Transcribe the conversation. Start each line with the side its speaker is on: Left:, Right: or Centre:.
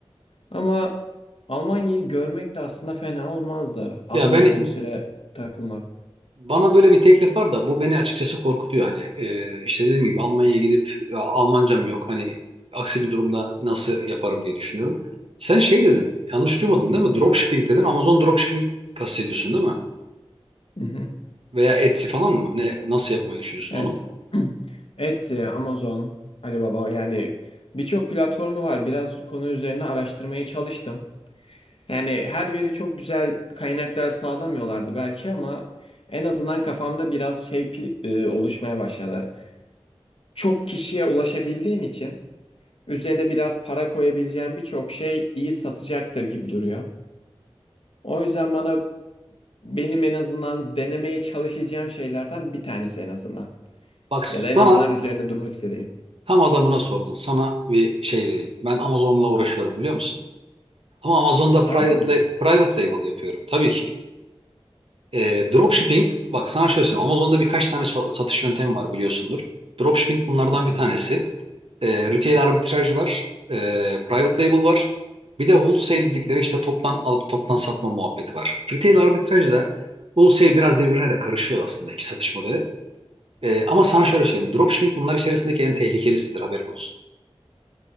Left: Ama Almanya'yı görmek de aslında fena olmazdı. Almanya'da
Right: Ya ben
Left: bir süre takılmak.
Right: Bana böyle bir teklif var da bu beni açıkçası korkutuyor. Hani e, işte dediğim gibi Almanya'ya gidip ya Almancam yok. Hani aksi bir durumda nasıl yaparım diye düşünüyorum. Sen şey dedin, yanlış duymadım değil mi? Dropshipping dedin. Amazon dropshipping kastediyorsun değil mi?
Left: Hı hı.
Right: Veya Etsy falan mı? Ne, nasıl yapmayı düşünüyorsun
Left: Evet.
Right: onu?
Left: <clears throat> Etsy, Amazon, Alibaba yani birçok platformu var. Biraz konu üzerine araştırmaya çalıştım. Yani her biri çok güzel kaynaklar sağlamıyorlardı belki ama en azından kafamda biraz şey pi- e, oluşmaya başladı. Çok kişiye ulaşabildiğin için üzerine biraz para koyabileceğin birçok şey iyi satacaktır gibi duruyor. O yüzden bana benim en azından denemeye çalışacağım şeylerden bir tanesi en azından.
Right: Bak sana
Left: Ya da en azından üzerine durmak istediğim.
Right: tam adamına sordun. Sana bir şey vereyim. Ben Amazon'la uğraşıyorum biliyor musun? Ama Amazon'da
Left: Harbiden
Right: private,
Left: mi?
Right: la- private label yapıyorum tabii ki. E, dropshipping, bak sana şöyle söyleyeyim. Amazon'da birkaç tane çal- satış yöntemi var biliyorsundur. Dropshipping bunlardan
Left: Hı hı.
Right: bir tanesi. E, retail arbitraj var. E, private label var. Bir de wholesale dedikleri işte toptan alıp toptan satma muhabbeti var. Retail arbitraj da wholesale biraz birbirine de karışıyor aslında iki satış modeli. E, ama sana şöyle söyleyeyim. Dropshipping bunlar içerisindeki en tehlikelisidir haberin olsun.